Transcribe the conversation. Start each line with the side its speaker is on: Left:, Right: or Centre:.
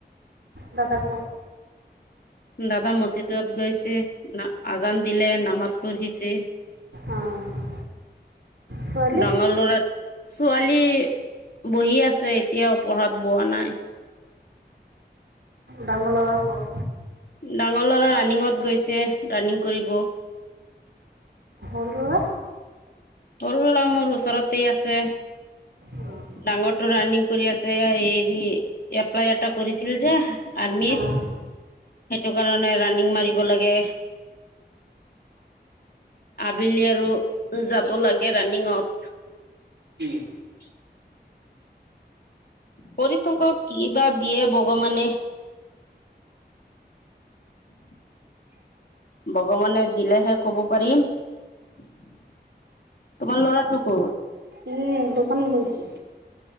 Right: দাদাক
Left: দাদা মছজিদত গৈছে ন আজান দিলে নামাজ পঢ়িছে।
Right: অ' ছোৱালী
Left: ডাঙৰ ল'ৰা ছোৱালী বহি আছে এতিয়াও পঢ়াত বোৱা নাই।
Right: বাংলৰাপুৰ
Left: ডাঙৰ ল'ৰা ৰানিঙত গৈছে ৰানিং কৰিব।
Right: সৰু ল'ৰা
Left: সৰু ল'ৰা মোৰ ওচৰতেই আছে।
Right: অ'
Left: ডাঙৰটো ৰানিং কৰি আছে হেৰি এপ্লাই এটা কৰিছিল যে আৰ্মিত।
Right: অ'
Left: সেইটো কাৰণে ৰাণিং মাৰিব লাগে। আবেলি আৰু যাব লাগে ৰাণিংত।
Right: কি?
Left: <unintelligible> কৰি থাকক কিবা দিয়ে ভগবানে। <unintelligible> ভগৱানে দিলেহে ক'ব পাৰিম। তোমাৰ ল'ৰাটো কত?
Right: এ দোকান গৈছে